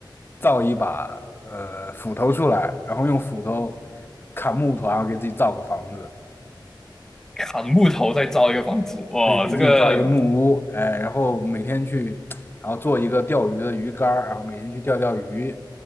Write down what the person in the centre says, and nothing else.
砍木头再造一个房子，哇，
这个